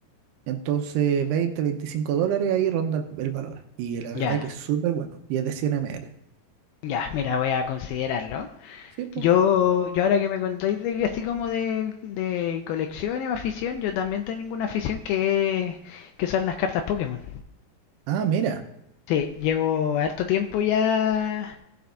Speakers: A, on the right; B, on the left.
A: entonces 20 25 dólares ahí ronda el, el valor. Y la verdad
B: ya,
A: que es súper bueno, y es de 100 ml.
B: ya. Mira, voy a considerarlo.
A: Sí, pues.
B: Yo, yo ahora que me contáis de que así como de, de colecciones o afición, yo también tengo una afición que, es- que son las cartas Pokémon.
A: Ah, mira,
B: Sí, llevo harto tiempo ya